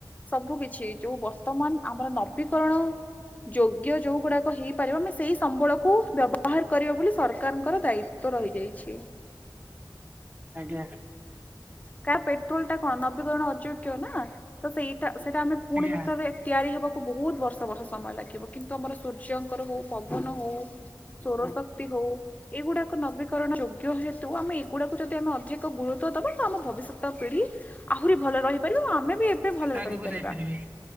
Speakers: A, on the left (about 20°); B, on the right (about 20°).
A: ସବୁ କିଛି ଯୋଉ ବର୍ଷ ବର୍ତ୍ତମାନ ଆମର ନବୀକରଣ ଯୋଗ୍ୟ ଯୋଉ ଗୁଡାକ ହେଇପାରିବ ଆମେ ସେଇ ସମ୍ବଳକୁ ବ୍ୟବ ହାର କରିବା ବୋଲି ସରକାରଙ୍କର ଦାୟିତ୍ଵ ରହିଯାଇଛି।
B: ଆଜ୍ଞା।
A: କାର ପେଟ୍ରୋଲ ଟା କଣ ନବୀକରଣ ଅଯୋଗ୍ୟ ନା? ତ ସେଇଟା ସେଇଟା ଆମେ ପୁଣି
B: ଆଜ୍ଞା
A: ଯେତେବେଳେ ତିଆରି ହବାକୁ ବହୁତ ବର୍ଷ ବର୍ଷ ସମୟ ଲାଗିବ କିନ୍ତୁ ଆମର ସୂର୍ଯ୍ୟଙ୍କର ହଉ ପବନ ହଉ ସୋର ଶକ୍ତି ହଉ ଏଇଗୁଡାକ ନବୀକରଣ ଯୋଗ୍ୟ ହେତୁ ଆମେ ଏଗୁଡ଼ାକୁ ଯଦି ଆମେ ଅଧିକ ଗରୁତ୍ୱ ଦେବା ଆମ ଭବିଷ୍ୟତ ପିଢି ଆହୁରି ଭଲରେ ରହିପାରିବ ଆମେ ବି ଏବେ ଭଲରେ
B: ଆଗକୁ
A: ରହିପାରିବା।
B: ଯାଇପାରିବେ